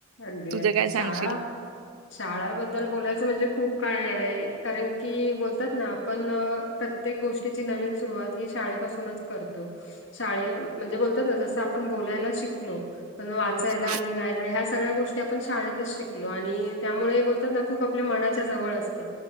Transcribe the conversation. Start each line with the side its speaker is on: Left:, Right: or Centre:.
Left: अगदी
Right: तुझं
Left: अगदी
Right: काय सांगशील?
Left: शाळा शाळाबद्दल बोलायचं म्हणजे खूप काय आहे, कारण की बोलतात ना आपण प्रत्येक गोष्टीची नवीन सुरुवात ही शाळेपासूनचं करतो. शाळे म्हणजे बोलतात ना जसं आपण बोलायला शिकलो. पण वाचायला
Right: बरोबर.
Left: लिहाय ह्या सगळ्या गोष्टी आपण शाळेतच शिकलो आणि त्यामुळे बोलतात ना खूप आपल्या मनाच्या जवळ असते.